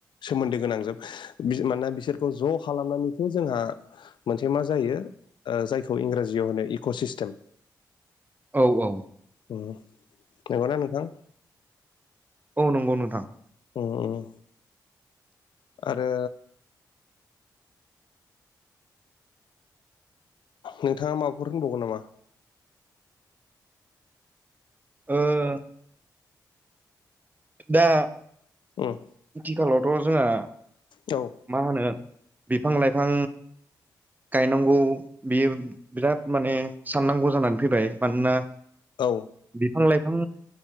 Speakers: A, on the left (about 65°); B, on the right (about 20°).
A: सोमोन्दो गोनां जोब मानोना बिसोरखौ ज' खालामनानैसो जोंहा मोनसे मा जायो ओ जायखौ इंराजियाव होनो इक' सिस्टेम।
B: औ औ।
A: उम नंगौना नोंथां?
B: औ नंगौ नोंथां।
A: उम उम। आरो नोंथाङा माबाफोर होनबावगोन नामा?
B: ओ दा
A: उम।
B: आथिखालावथ' जोंहा
A: औ।
B: मा होनो बिफां लाइफां गायनांगौ बियो बिराद माने साननांगौ जानानै फैबाय मानोना
A: औ।
B: बिफां लाइफां